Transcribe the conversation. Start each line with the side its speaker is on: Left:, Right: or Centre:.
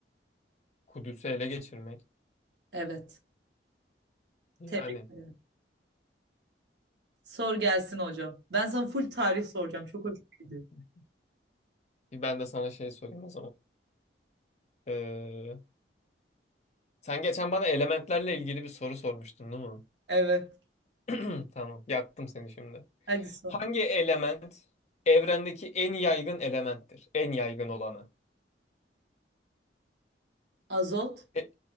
Left: Kudüs'ü ele geçirmek.
Right: Evet.
Left: Yani
Right: Tebrik ederim. Sor gelsin hocam. Ben sana full tarih soracağım. Çok hoşuma gidiyor.
Left: <clears throat> ben de sana şey sorayım o zaman. Sen geçen bana elementlerle ilgili bir soru sormuştun, değil mi?
Right: Evet.
Left: <clears throat> Tamam, yaktım seni şimdi.
Right: Hadi sor.
Left: Hangi element evrendeki en yaygın elementtir? En yaygın olanı.
Right: Azot,
Left: E,